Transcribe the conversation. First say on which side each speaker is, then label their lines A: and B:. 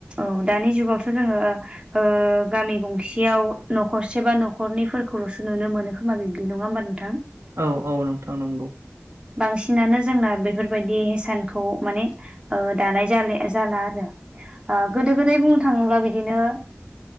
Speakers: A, on the right; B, on the right.
A: औ दानि जुगावथ' जोंङो गामि गंसेयाव न'खरसे बा न'खरनिफोरखौल'सो नुनो मोनो खोमा बिब्दि नंङा होमबा नोंथां
B: औ औ नोंथां नंगौ
A: बांसिनानो जोंना बेफोरबायदि हिसानखौ माने दानाय जाले जाला आरो गोदो गोदाय बुंनो थाङोब्ला बिदिनो